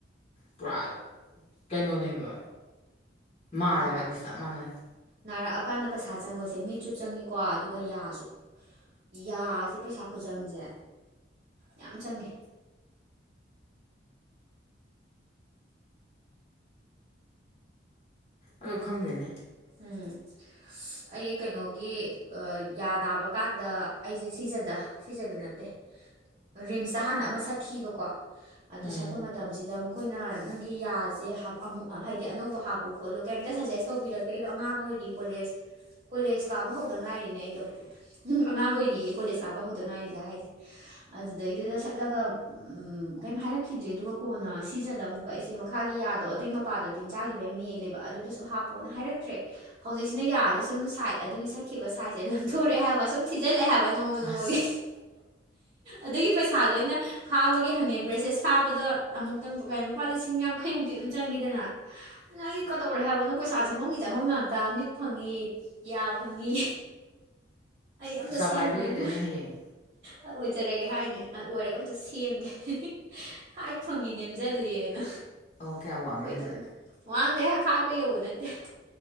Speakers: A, on the left; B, on the right.
A: ꯄꯨꯔꯥ ꯀꯩꯅꯣꯅꯦꯕ ꯃꯥꯔꯕꯗꯤ
B: ꯅꯥꯔꯛ
A: ꯆꯞ ꯃꯥꯟꯅꯅꯤ
B: ꯅꯥꯔꯛꯑꯀꯥꯟꯗ ꯄꯩꯁꯥ ꯆꯪꯕꯁꯦ ꯃꯤꯠꯁꯨ ꯆꯪꯉꯀꯣ ꯑꯗꯨꯒ ꯌꯥꯁꯨ ꯌꯥꯁꯦ ꯄꯩꯁꯥ ꯈꯨꯆꯪꯁꯦ ꯌꯥꯝ ꯆꯪꯉꯦ
A: ꯑꯣ ꯈꯪꯗꯣꯏꯅꯦ
B: ꯎꯝ ꯑꯩ ꯀꯩꯅꯣꯒꯤ ꯌꯥ ꯅꯥꯕ ꯀꯥꯟꯗ ꯑꯩꯁꯦ ꯁꯤꯖꯗ ꯁꯤꯁꯦ ꯑꯗꯨ ꯅꯠꯇꯦ ꯔꯤꯝꯁꯇ ꯍꯥꯟꯅ ꯑꯃ ꯁꯠꯈꯤꯕꯀꯣ ꯑꯗꯨ
A: ꯎꯝ
B: ꯁꯠꯄ ꯃꯇꯝꯁꯤꯗ ꯃꯈꯣꯏꯅ ꯅꯪꯒꯤ ꯌꯥꯁꯦ ꯑꯃꯨꯛ ꯍꯥꯏꯗꯤ ꯑꯅꯧꯕ ꯍꯥꯞꯄꯨ ꯈꯣꯠꯂꯨ ꯀꯩꯝꯇ ꯁꯖꯦꯁ ꯇꯧꯕꯤꯔꯛꯇ ꯀꯩꯗꯣ ꯑꯉꯥꯡ ꯑꯣꯏꯔꯤ ꯀꯣꯂꯦꯖ ꯀꯣꯂꯦꯖ ꯀꯥꯕ ꯍꯧꯗ ꯉꯥꯏꯔꯤꯅꯦ ꯑꯩꯗꯣ ꯑꯗꯨꯝ ꯑꯉꯥꯡ ꯑꯣꯏꯔꯤꯌꯦ ꯀꯣꯂꯦꯖ ꯀꯥꯕ ꯍꯧꯗ ꯉꯥꯏꯔꯤꯖꯥ ꯍꯥꯏꯁꯦ ꯑꯗꯨꯗꯩꯗꯨꯗ ꯆꯠꯂꯒ ꯀꯩꯝ ꯍꯥꯏꯔꯛꯈꯤꯗ꯭ꯔꯦ ꯑꯗꯨꯒ ꯀꯣꯟꯅ ꯁꯤꯖꯗ ꯑꯃꯨꯛꯀ ꯑꯩꯁꯦ ꯃꯈꯥꯒꯤ ꯌꯥꯗꯣ ꯑꯗꯨꯏ ꯅꯨꯄꯥꯗꯣ ꯇꯤꯟꯖꯥꯈꯤꯕꯒꯤ ꯃꯦꯜꯂꯦꯕ ꯑꯗꯨꯗꯁꯨ ꯍꯥꯞꯄꯣꯅ ꯍꯥꯏꯔꯛ ꯆꯠꯇ꯭ꯔꯦ ꯍꯧꯖꯤꯛꯁꯤꯅ ꯌꯥꯔꯗꯤ ꯁꯨꯝ ꯁꯥꯏꯠ ꯑꯗꯨꯒꯤ ꯁꯛꯈꯤꯕ ꯁꯥꯏꯠꯁꯦ ꯂꯟꯊꯣꯔꯛꯑꯦ ꯍꯥꯏꯕ ꯁꯨꯝ ꯊꯤꯖꯤꯜꯂꯛꯑꯦ ꯍꯥꯏꯕ ꯅꯣꯡꯃ ꯅꯣꯡꯃꯒꯤ
A: ꯑꯁ
B: ꯑꯗꯨꯒꯤ ꯄꯩꯁꯥꯗꯣ ꯑꯩꯅ ꯐꯥꯕꯒꯤ ꯍꯪꯉꯦ ꯕ꯭ꯔꯦꯁꯂꯦꯠꯁ ꯐꯥꯗꯣ ꯑꯃꯨꯛꯇꯪ ꯂꯨꯄꯥ ꯂꯤꯁꯤꯡ ꯌꯥꯡꯈꯩꯃꯨꯛꯇꯤ ꯑꯗꯨꯝ ꯆꯪꯉꯤꯗꯅ
A: ꯎꯝ
B: ꯑꯗꯨꯩꯅ ꯑꯩꯗꯤ ꯀꯩꯗꯧꯔꯦ ꯍꯥꯏꯕꯅꯣ ꯄꯩꯁꯥ ꯆꯪꯉꯝꯒꯤ ꯆꯪꯉꯝ ꯉꯥꯛꯇ ꯃꯤꯠ ꯐꯪꯉꯤ ꯌꯥꯒꯌꯥ ꯐꯪꯉꯤ ꯑꯩ ꯑꯝꯇ
A: ꯆꯥꯛꯆꯥ
B: ꯁꯦꯝꯃꯣꯏꯕ
A: ꯄꯥꯏꯕꯤ ꯑꯣꯏꯗꯣꯏꯅꯦ ꯍꯌꯦꯡ
B: ꯑ ꯑꯣꯏꯖꯔꯒꯦ ꯍꯥꯏꯅꯤ ꯑꯣꯏꯔꯒ ꯑꯝꯇ ꯁꯦꯝꯒꯦ ꯍꯥꯏ ꯐꯪꯉꯤ ꯅꯦꯝꯁꯤꯜꯂꯤꯦꯅ
A: ꯑꯣ ꯀꯌꯥ ꯋꯥꯡꯒꯦ
B: ꯀꯣꯏꯗꯧꯋꯦ
A: ꯍꯥꯏꯁꯦ
B: ꯋꯥꯥꯡꯗꯦ ꯐꯥꯏꯚꯀꯩ ꯌꯧꯕ ꯅꯠꯇꯦ